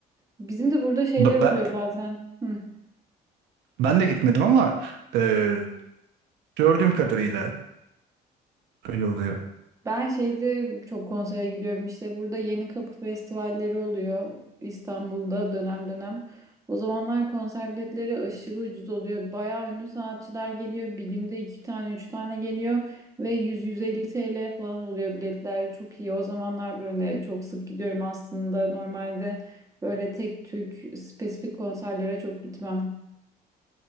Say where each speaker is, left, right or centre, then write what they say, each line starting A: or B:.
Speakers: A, on the right; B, on the right.
A: Bizim de burada şeyler
B: Ba- ba-
A: oluyor bazen. Hı.
B: ben de gitmedim ama e, gördüğüm kadarıyla öyle oluyor.
A: Ben şeyde çok konsere gidiyorum işte burada Yeni Kapı festivalleri oluyor İstanbul'da dönem dönem. O zamanlar konser biletleri aşırı ucuz oluyor. Bayağı ünlü sanatçılar geliyor. Bir günde iki tane üç tane geliyor ve 100-150 TL falan oluyor biletler. Çok iyi. O zamanlar böyle çok sık gidiyorum aslında. Normalde böyle tek tük spesifik konserlere çok gitmem.